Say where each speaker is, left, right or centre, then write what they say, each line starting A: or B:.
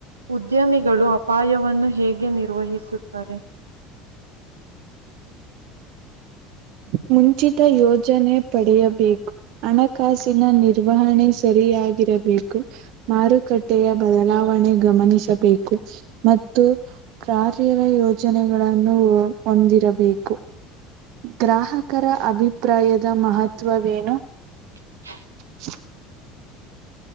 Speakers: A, on the right (about 80°); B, on the right (about 55°).
A: ಉದ್ಯಮಿಗಳು ಅಪಾಯವನ್ನು ಹೇಗೆ ನಿರ್ವಹಿಸುತ್ತಾರೆ.
B: ಮುಂಚಿತ ಯೋಜ್ ಜನೆ ಪಡೆಯಬೇಕು ಹಣಕಾಸಿನ ನಿರ್ವಹಣೆ ಸರಿಯಾಗಿರಬೇಕು ಮಾರುಕಟ್ಟೆಯ ಬದಲಾವಣೆ ಗಮನಿಸಬೇಕು ಮತ್ತು ಕ್ರಾರ್ಯರ ಯೋಜನೆಗಳನ್ನು ಹೊಂದಿರಬೇಕು ಗ್ರಾಹಕರ ಅಭಿಪ್ರಾಯದ ಮಹತ್ವವೇನು
A: <inaudible>
B: <inaudible>